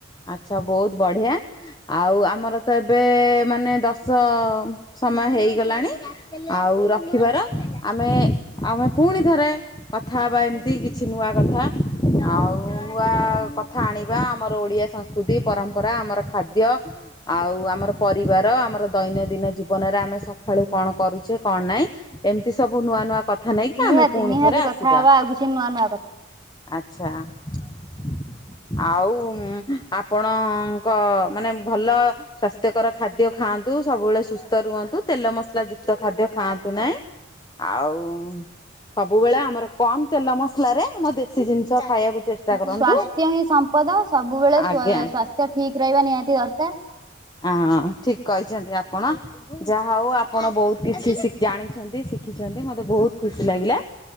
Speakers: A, on the left; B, on the right.
A: ଆଚ୍ଛା ବହୁତ ବଢ଼ିଆ ଆଉ ଆମର ତ ଏବେ ମାନେ ଦଶ ସମୟ ହେଇଗଲାଣି ଆଉ ରଖିବାର ଆମେ ଆମେ ପୁଣି ଥରେ କଥା ହବା ଏମିତି କିଛି ନୂଆ କଥା। ଆଉ ଉଆ କଥା ଆଣିବା ଆମର ଓଡିଆ ସଂସ୍କୃତି ପରମ୍ପରା ଆମର ଖାଦ୍ ଖାଦ୍ୟ ଆଉ ଆମର ପରିବାର ଆମର ଦୈନନ୍ଦିନ ଜୀବନ ଜୀବନରେ ଆମେ ସକାଳୁ କଣ କରୁଛେ କଣ ନାହିଁ ଏମିତି ସବୁ ନୂଆ ନୂଆ କଥା। କଥା ନେଇକି
B: ନିହାତି
A: ଆମେ ପୁଣି
B: ନିହାତି
A: ଥରେ ଆସିବା
B: କଥା ହବା ଆଉ କିଛି ନୂଆ ନୂଆ କଥା।
A: ଆଛା। <inaudible> ଆଉ ଆପଣଙ୍କ ମାନେ ଭଲ ସ୍ୱାସ୍ଥ୍ୟକର ଖାଦ୍ୟ ଖାଆନ୍ତୁ। ସବୁବେଳେ ସୁସ୍ଥ ରୁହନ୍ତୁ ତେଲ ମସଲା ଯୁକ୍ତ ଖାଦ୍ୟ ଖାଆନ୍ତୁ ନାହିଁ। ଆଉ ସବୁବେଳେ ଆମର କମ ତେଲ ମସଲ ରେ ଆମ ଦେଶୀ ଜିନିଷ ଖାଇବାକୁ ଚେଷ୍ଟା କରନ୍ତୁ।
B: ସ୍ଵାସ୍ଥ୍ୟ ହିଁ ସମ୍ପଦ ସବୁବେଳେ
A: ଆଜ୍ଞା
B: ସ୍ଵାସ୍ଥ୍ୟ ଠିକ ରହିବା ନିହାତି ଦରକାର।
A: ଅଁ ଠିକ କହିଛନ୍ତି ଆପଣ ଯାହା ହଉ ଆପଣ ବହୁତ କିଛି ଜାଣିଛନ୍ତି। ଶିଖିଛନ୍ତି ମୋତେ ବହୁତ ଖୁସି ଲାଗିଲା